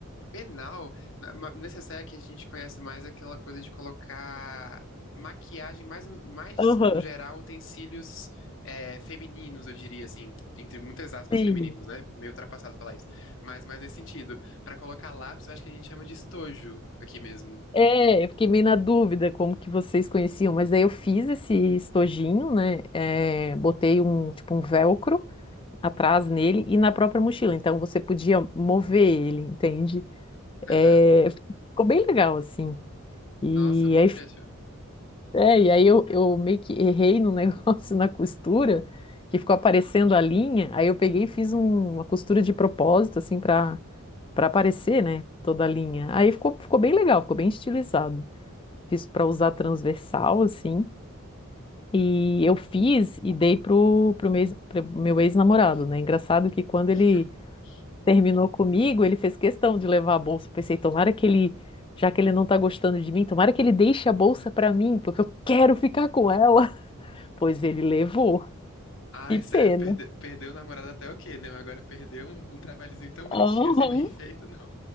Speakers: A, on the left; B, on the left.
A: Penal, na- ma- nessa que a gente conhece mais aquela coisa de colocar maquiagem mais, no- mais
B: <laughs> Aham.
A: no geral, utensílios é, femininos, eu diria assim, entre muitas aspas
B: Sim.
A: femininos, né? Meio ultrapassado falar isso. Mas mais nesse sentido. Pra colocar lápis, eu acho que a gente chama de estojo aqui mesmo.
B: É, eu fiquei meio na dúvida como que vocês conheciam, mas aí eu fiz esse estojinho, né? é, botei um tipo um velcro atrás nele e na própria mochila, então você podia mover ele, entende?
A: Aham.
B: É, ficou bem legal assim. E
A: Nossa, muito
B: aí,
A: criativo.
B: é, e aí eu, eu meio que errei no negócio <laughs> na costura, que ficou aparecendo a linha. Aí eu peguei e fiz um- uma costura de propósito assim para para aparecer, né? Toda a linha. Aí ficou ficou bem legal, ficou bem estilizado fiz para usar transversal, assim. E eu fiz e dei pro, pro meu, ex- pro meu ex-namorado, né? Engraçado que quando
A: <laughs>
B: ele terminou comigo, ele fez questão de levar a bolsa. Eu pensei, tomara que ele, já que ele não tá gostando de mim, tomara que ele deixe a bolsa pra mim, porque eu quero ficar com ela. <laughs> Pois ele levou.
A: Ai,
B: Que pena.
A: sério, perde- perdeu o namorado até o quê, né? Mas agora perdeu um, um trabalhozinho tão bonitinho
B: Aham.
A: assim, bem feito, não.